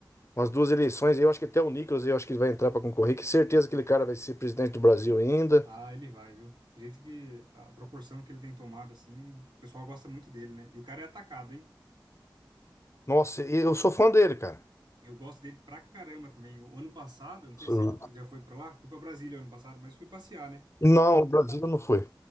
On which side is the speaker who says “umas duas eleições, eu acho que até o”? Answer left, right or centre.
Left